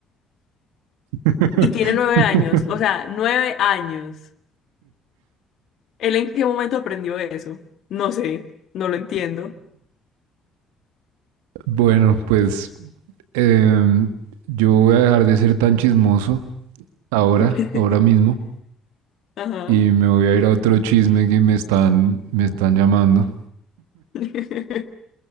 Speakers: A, on the right (about 65°); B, on the left (about 50°).
A: <laughs>
B: Y tiene nueve años, o sea, nueve años. ¿Él en qué momento aprendió eso? No sé, no lo entiendo.
A: bueno, pues eh, yo voy a dejar de ser tan chismoso ahora,
B: <laughs>
A: ahora mismo.
B: Ajá.
A: y me voy a ir a otro chisme que me están, me están llamando.
B: <laughs>